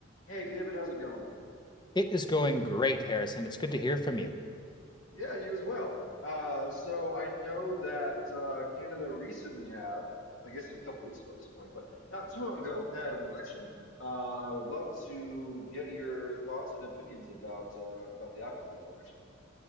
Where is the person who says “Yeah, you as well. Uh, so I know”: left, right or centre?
Left